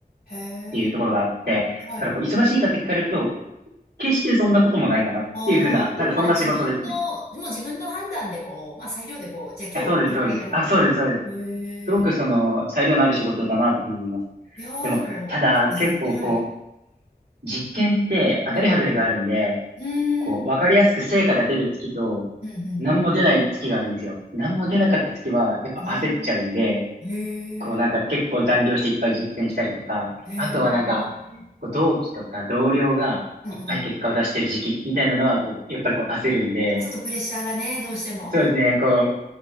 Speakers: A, on the left; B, on the right.
A: へえ、
B: っていうところがあって、
A: はい。
B: だからこう忙しいかって聞かれると、決してそんなこともないかなっていうふうな、
A: ああ、でもまあ自分の、
B: なんかそんな仕事ですね。
A: もも自分の判断でこう、まあ裁量でこう、じゃあ今日はこれぐらいやろうみたいな。
B: あ、そうです、そうです。あ、そうです、そうです。
A: へえ、
B: すごくその裁量のある仕事だなというふうに思います。
A: いやーでも、
B: でも、ただ結構こ
A: いいですね。はい。
B: う、実験って当たり外れがあるんで、
A: うんうんうん。
B: こう、わかりやすく成果が出る月と、
A: うんうんう
B: 何も出ない月があるんですよ。何も出なかった月は、やっぱ焦っちゃうんで、
A: ん。ああ、へえ、
B: こうなんか結構残業していっぱい実験したりとか、
A: へえ、
B: あとはなんか、
A: うん。
B: こう同期とか同僚がいっぱい結果を出してる時期みたいなのは、
A: あ
B: こう、やっぱりこう焦るんで、
A: ーちょっとプレッシャーがね、どうしても。
B: そうですね、こう、